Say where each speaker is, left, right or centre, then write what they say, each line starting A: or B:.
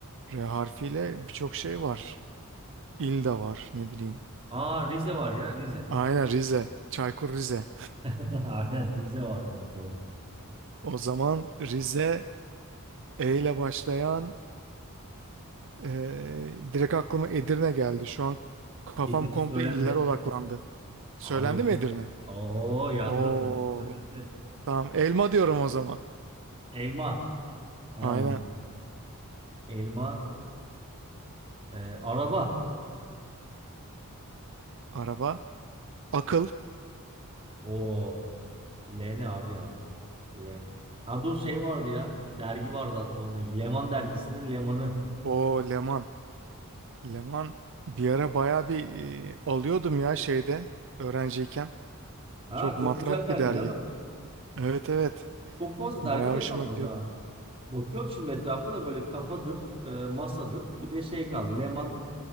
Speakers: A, on the right; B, on the right.
A: R harfiyle birçok şey var. İl de var ne bileyim.
B: Aa Rize var ya Rize.
A: Aynen Rize. Çaykur Rize.
B: <laughs> Aynen Rize vardı bak doğru.
A: O zaman Rize E ile başlayan e, direkt aklıma Edirne geldi. Şu an kafam
B: Edirne
A: komple
B: söylendi.
A: illere odaklandı. Söylendi
B: Abi Edirne.
A: mi Edirne?
B: Oo yandın
A: Oo,
B: Edirne söylendi.
A: tamam. Elma diyorum o zaman.
B: Elma. Ha.
A: Aynen.
B: Elma. e, araba.
A: Araba. Akıl.
B: Oo. L ne abi ya? L. Ha dur şey vardı ya. Dergi vardı hatta onunla ilgili. Leman dergisinin Leman'ı.
A: O Leman. Leman bir ara baya bir e, alıyordum ya şeyde öğrenciyken.
B: Ha
A: Çok
B: çok
A: matrak
B: güzel dergi
A: bir dergi.
B: değil mi?
A: Evet evet.
B: Çok fazla
A: Baya
B: dergi de
A: hoşuma
B: kalmadı
A: gidiyordu.
B: ha. Bakıyorum şimdi etrafa da böyle kafadır, e, masadır. Bir de şey kaldı. Leman.